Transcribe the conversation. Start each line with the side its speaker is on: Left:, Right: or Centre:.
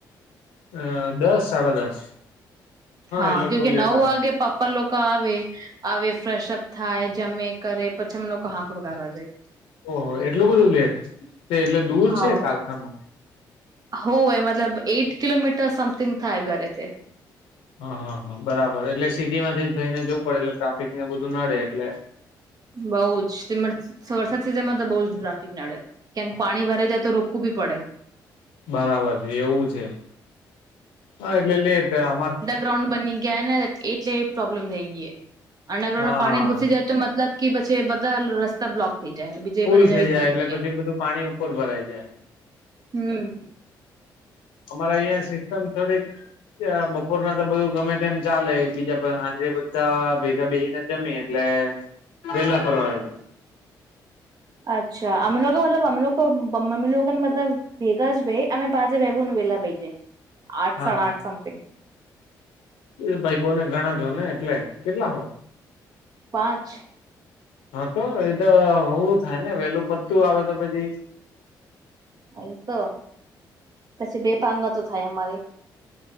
Left: અ દસ સાડા દસ
Right: હા
Left: એ લોકો
Right: કેમકે નવ
Left: લેટ આવે
Right: વાગે મતલબ પણ લોકો આવે આવે ફ્રેશઅપ થાય જમે કરે પછી અ લોકો આાંકડું કરવા જાય.
Left: ઓહ હો એટલું બધું લેટ તે એટલે દૂર
Right: હા
Left: છે કારખાનું
Right: હોય મતલબ એઈટ કિલોમીટર સમથિંગ થાય ઘરેથી
Left: હા હા હા બરાબર એટલે સિટીમાંથી જ થઈને જવું પડે એટલે ટ્રાફિક ને બધું નડે એટલે
Right: બઉ જ વરસાદ સિઝન માં તો બઉ જ ટ્રાફિક નડે ક્યામક પાણી ભરાઈ જાય તો રોકવું બી પડે
Left: બરાબર છે એવું છે હા એટલે લેટ થાય અમાર
Right: ગ્રાઉન્ડ બની ગ્યા ને એટલે પ્રોબ્લેમ થઈ ગઈ અંડરગ્રાઉન્ડમાં
Left: હા
Right: પાણી ઘુસી જાય તો મતલબ કે પછી બધા રસ્તા બ્લોક થઈ જાય બીજું
Left: ફૂલ
Right: એ પછી જઈ
Left: થઈ
Right: જ
Left: જાય
Right: ના હકીએ.
Left: એટલે પછી બધું પાણી ઉપર ભરાઈ જાય
Right: હમ.
Left: અમારે અહિયાં સિસ્ટમ થોડીક બપોર ના તો બધું ગમે તેમ ચાલે બીજા હાંજ બધા ભેગા બેેગીને જમી એટલે પલા પરવા છે.
Right: અચ્ા અમમે લોકો મતલબ અમ લોકો અમ લોકોને મતલબ ભેગા જ ભાઈ અમે પાંજે ભે ભું વેલા ભાઈ જાય આઠ
Left: હા
Right: સાડા આઠ સમથિંગ
Left: એ ભાઈ બોને ઘણા જો ને એટલે કેટલા હો.
Right: પાંચ
Left: હા તો એ તો હોું થાય ને વેલું પત્તું આવે તો પછી.
Right: અ તો પછી બે પાંગતો થાય અમારી.